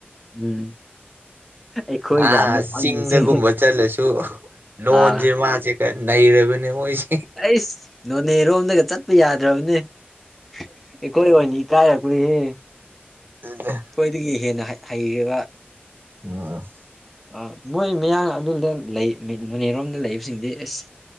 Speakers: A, in the centre; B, on the right.
A: ꯎꯝ ꯑꯩꯈꯣꯏ
B: ꯑ
A: ꯖꯥꯠꯅꯤ ꯄꯪꯉꯤꯁꯦ
B: ꯆꯤꯡꯗꯒꯨꯝꯕ ꯆꯠꯂꯁꯨ ꯂꯣꯟꯁꯦ
A: ꯑꯥ
B: ꯃꯥꯁꯦ ꯅꯩꯔꯕꯅꯦ ꯃꯣꯢꯁ
A: ꯑꯩꯁ ꯅꯣꯅꯦꯔꯣꯝꯗꯒ ꯆꯠꯄ ꯌꯥꯗ꯭ꯔꯕꯅꯦ ꯑꯩꯈꯣꯏ ꯑꯣꯏꯅ ꯀꯥꯏꯔꯛꯄꯅꯤꯍꯦ <inaudible>
B: ꯑꯗꯨꯅꯦ
A: ꯑꯈꯣꯏꯗꯒꯤ ꯍꯦꯟꯅ ꯍꯩꯔꯦꯕ
B: ꯑ ꯑ
A: ꯑꯥ ꯃꯣꯏ ꯃꯌꯥꯡ ꯑꯗꯣꯝꯗ ꯂꯩ ꯅꯅꯦꯔꯣꯝꯗ ꯂꯩꯕꯁꯤꯡꯗꯤ ꯏꯁ